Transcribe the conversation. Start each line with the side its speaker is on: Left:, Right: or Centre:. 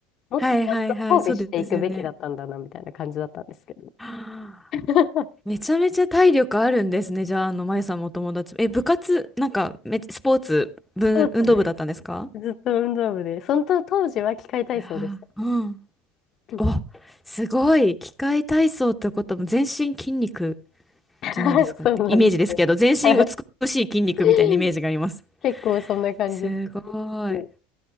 Left: もっとちゃんと装備していくべきだったんだな、
Centre: はいはいはい、そうですよね。
Left: みたいな感じだったんですけど。
Centre: はあ
Left: <laughs>
Centre: めちゃめちゃ体力あるんですね。じゃあ、あの、まゆさんもお友達。え、部活、なんか、め、スポーツ、ぶ、
Left: そうそう。
Centre: 運動部だったんですか
Left: ずっと運動部で、その当当時は器械体操でした。
Centre: いやーうん。
Left: うん
Centre: お、すごい。器械体操ってことはもう全身筋肉
Left: <laughs>
Centre: じゃないですかってイメージですけど、
Left: そうなんですよ。
Centre: 全身美しい筋肉みたいなイメージがあります。
Left: はい。<laughs> 結構そんな感じで
Centre: すご
Left: す。
Centre: い。